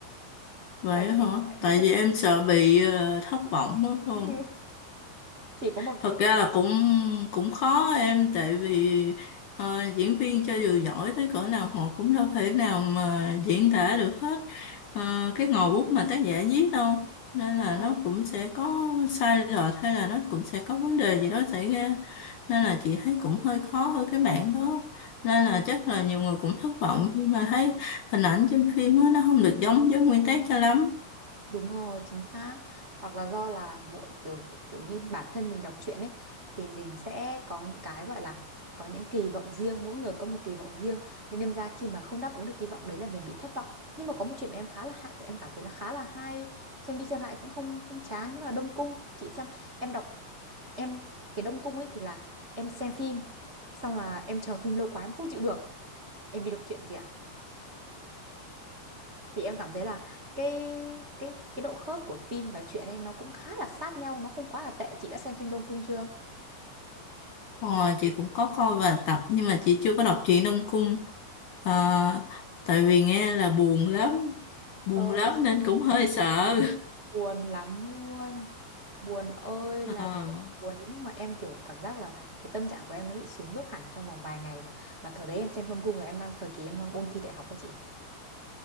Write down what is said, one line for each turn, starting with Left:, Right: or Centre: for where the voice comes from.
Left: vậy
Right: tại vì
Left: hả?
Right: em sợ em
Left: Tại
Right: bị thất
Left: vì
Right: vọng
Left: em sợ bị ờ, thất
Right: thất
Left: vọng
Right: vọng
Left: á,
Right: <laughs>
Left: không?
Right: Ừ. chỉ có một
Left: Thật ra là cũng cũng khó em tại vì ờ, diễn viên cho dù giỏi tới cỡ nào họ cũng đâu thể nào mà diễn tả được hết ờ, cái ngòi bút mà tác giả viết đâu nên là
Right: Đúng rồi.
Left: nó cũng sẽ có sai lệch hay là nó cũng sẽ có vấn đề gì đó xảy ra nên là chị thấy cũng hơi khó ở cái mảng đó nên là chắc là nhiều người cũng thất vọng khi mà thấy hình ảnh trên phim á, nó không được giống với nguyên tác cho lắm
Right: Đúng rồi, chính xác. Hoặc là do là mỗi kiểu kiểu như bản thân mình đọc truyện ấy thì mình sẽ có những cái gọi là có những kỳ vọng riêng, mỗi người có một kỳ vọng riêng nên đâm ra khi mà không đáp ứng được kỳ vọng đấy là mình bị thất vọng. Nhưng mà có một chuyện mà em khá là hay, em cảm thấy là khá là hay, xem đi xem lại cũng không không chán đó là Đông Cung. Chị xem em đọc em cái Đông Cung ấy thì là em xem phim xong là em chờ phim lâu quá em không chịu được, em đi đọc truyện gì ạ? thì em cảm thấy là cái cái cái độ khớp của phim và truyện ấy nó cũng khá là sát nhau nó không quá là tệ chị đã xem phim Đông Cung chưa
Left: Ờ, chị cũng có coi vài tập nhưng mà chị chưa có đọc truyện Đông Cung Ờ, tại vì nghe là buồn lắm buồn
Right: trời
Left: lắm
Right: ơi chị
Left: nên cũng hơi sợ
Right: buồn lắm luôn buồn ơi là
Left: Ờ,
Right: buồn, buồn đến mức mà em kiểu cảm giác là cái tâm trạng của em nó bị xuống dốc hẳn trong vòng vài ngày mà mà thời đấy em xem Đông Cung là em đang thời kỳ em đang ôn thi đại học các chị